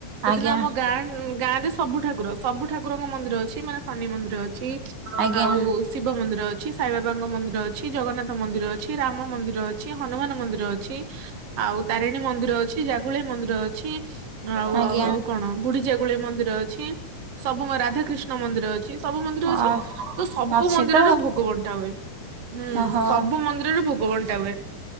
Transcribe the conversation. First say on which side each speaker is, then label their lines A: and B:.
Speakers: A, on the right; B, on the right.
A: ସେଦିନ
B: ଆଜ୍ଞା
A: ଆମ ଗାଁ ଗାଁ ରେ ସବୁ ଠାକୁର ସବୁ ଠାକୁରଙ୍କ ମନ୍ଦିର ଅଛି। ଅଛି ମାନେ ଶନି ମନ୍ଦିର ଅଛି
B: ଆଜ୍ଞା।
A: ଆଉ। ଶିବ ମନ୍ଦିର ଅଛି ସାଇବାବାଙ୍କ ମନ୍ଦିର ଅଛି ଜଗନ୍ନାଥ ମନ୍ଦିର ଅଛି ରାମ ମନ୍ଦିର ଅଛି। ଅଛି ହନୁମାନ ମନ୍ଦିର ଅଛି ଆଉ ତାରିଣୀ ମନ୍ଦିର ଅଛି ଜାଗୁଳିେଇ ମନ୍ଦିର ଅଛି। ଆଉ
B: ଆଜ୍ଞା
A: ଆଉ ଆଉ କଣ ବୁଢିଜାଗୁଳି ମନ୍ଦିର ଅଛି ସବୁ ମ ରାଧାକୃଷ୍ଣ। କଷ୍ଣ ମନ୍ଦିର ଅଛି ସବୁ ମନ୍ଦିର ଅଛି
B: ଅ
A: ତ ସବୁ
B: ଅଛି
A: ମନ୍ଦିରରେ
B: ତ
A: ଭୋଗ ବଣ୍ଟା ହୁଏ। ହୁଁ
B: ଓହୋ
A: ସବୁ ମନ୍ଦିରରେ ଭୋଗବଟା ହୁଏ